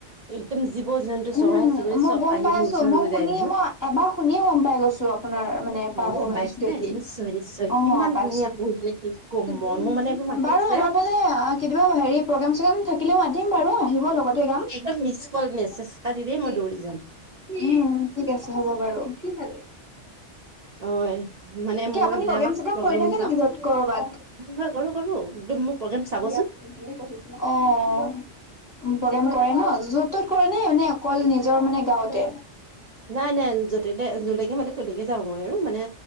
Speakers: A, on the right; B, on the left.
A: একদম জীৱ -জন্তু,
B: উম,
A: চৰাই- চিৰিকটি
B: মই
A: চব
B: গম
A: আহি
B: পাই
A: মোৰ
B: আছো
A: ওচৰত
B: মই
A: ৰৈ
B: শুনি
A: যায় নহয়।
B: মই এবাৰ শুনিয়ে গম পাই গৈছো আপোনাৰ মানে
A: হয়
B: পাৰফৰ্মেঞ্চ
A: ন' পাইছ
B: দেখি
A: নাই? নিশ্চয়, নিশ্চয়
B: অ'
A: কিমান
B: পাইছো।
A: ধুনীয়া <unintelligible>
B: বাৰু
A: মই মোৰ মানে এইবোৰ মাতি আছে
B: আমাৰ ফালে কেতিয়াবা, হেৰি প্ৰগ্ৰেম, চগ্ৰেম থাকি থাকিলেও মাতিম বাৰু আহিব লগ <unintelligible>
A: একদম মিচ কল মেছেজ এটা দিলেই মই
B: কি? উম,
A: দৌৰি যাম
B: ঠিক আছে হ'ব বাৰু। কি খালে?
A: অ'! মানে, মই
B: আপুনি
A: এই বিলাকত
B: চগ্ৰেম
A: প্ৰগ্ৰেম
B: কৰি থাকে
A: যাওঁ।
B: নেকি য'ত কৰবাত?
A: হয়! কৰোঁ, কৰোঁ। একদম মোৰ প্ৰগ্ৰেম চাবচোন?
B: অঁ! <unintelligible> প্ৰগ্ৰেম কৰে ন'? য'ত ত'ত কৰে নে, মানে, অকল নিজৰ মানে গাঁৱতে?
A: নাই, নাই, য'তে যলৈকে মাতে তলেকে যাওঁ মই। আৰু মানে,